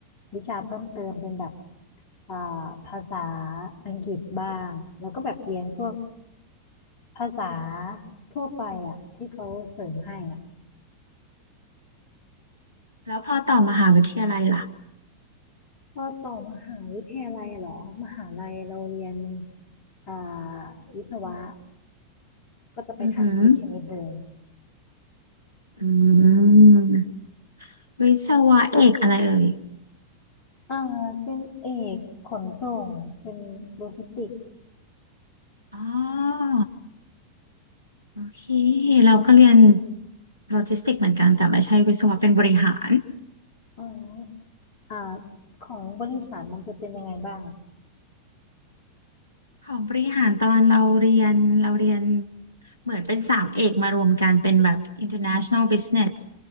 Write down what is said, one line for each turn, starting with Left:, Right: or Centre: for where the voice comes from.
Left: วิชาเพิ่มเติมเป็นแบบอ่าภาษาอังกฤษบ้างแล้วก็แบบเรียนพวก ภาษาทั่วไปอ่ะที่เขาเสริมให้อ่ะ
Right: แล้วพอต่อมหาวิทยาลัยล่ะ
Left: พอต่อมหาวิทยาลัยเหรอมหาลัยเราเรียนอ่าวิศวะก็จะไปทางวิทย์คณิตเลย
Right: อือหืออืมวิศวะเอกอะไรเอ่ย
Left: อ่าเป็นเอกขนส่งเป็นโลจิสติกส์
Right: อ๋อ โอเคเราก็เรียนโลจิสติกเหมือนกันแต่ไม่ใช่วิศวะเป็นบริหาร
Left: อ๋ออ่าของบริหารมันจะเป็นยังไงบ้างอะ
Right: ของบริหารตอนเราเรียนเราเรียนเหมือนเป็นสามเอกมารวมกันเป็นแบบ International Business